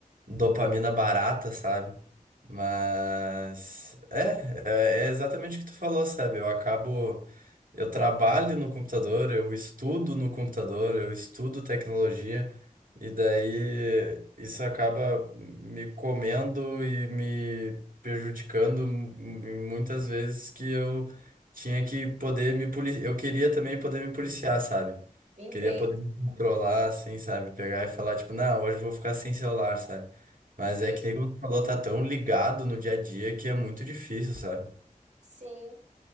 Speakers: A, on the right; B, on the right.
A: dopamina barata, sabe? Mas, é, é é exatamente o que tu falou, sabe? Eu acabo... Eu trabalho no computador, eu estudo no computador, eu estudo tecnologia, e daí isso acaba me comendo e me prejudicando mu- muitas vezes que eu tinha que poder me policiar. Eu queria também poder me policiar, sabe?
B: Entendo.
A: Queria poder me controlar, assim, sabe? Pegar e falar, tipo, não, hoje eu vou ficar sem celular, sabe? Mas
B: Sim,
A: é que nem como tu falou, tá tão ligado no dia a dia que é muito difícil, sabe?
B: sim.